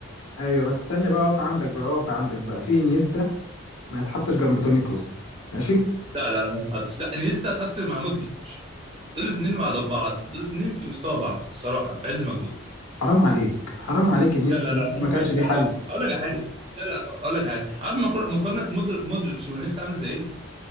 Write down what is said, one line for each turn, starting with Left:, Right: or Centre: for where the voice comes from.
Left: ايوه بس ثانيه بقى اقف عندك بقى اقف عندك بقى في انيستا ما يتحطش جنب توني كروس ماشي
Right: لا لا لا ما تحطش لا انيستا تحط مع مودريتش دول اتنين مع بعض دول اتنين في مستوى بعض الصراحه في عز مجدهم
Left: حرام عليك حرام عليك انيستا
Right: لا لا
Left: إنيستا
Right: لا حرام
Left: ما كانش
Right: عليك
Left: ليه
Right: لا
Left: حل
Right: لا اقول لك على حاجه لا لا اقول لك على حاجه عارف مقار- مقارنه مودر- مودريتش وانيستا عامله زي ايه؟